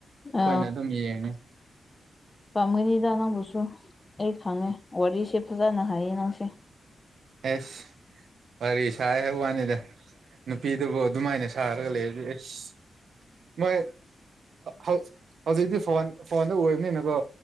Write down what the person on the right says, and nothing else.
ꯑꯩꯈꯣꯏꯅ
ꯑꯗꯨꯝ ꯌꯦꯡꯉꯤ
ꯑꯦꯁ ꯋꯥꯔꯤ ꯁꯥꯏ ꯍꯥꯏꯕ ꯋꯥꯅꯤꯗ ꯅꯨꯄꯤꯗꯨꯕꯨ ꯑꯗꯨꯃꯥꯏꯅ ꯁꯥꯔꯒ ꯂꯩꯔꯗꯤ ꯑꯁ ꯃꯣꯏ ꯍꯧ ꯍꯧꯖꯤꯛꯇꯤ ꯐꯣꯟ ꯐꯣꯟꯗ ꯑꯣꯏꯕꯅꯤꯅꯀꯣ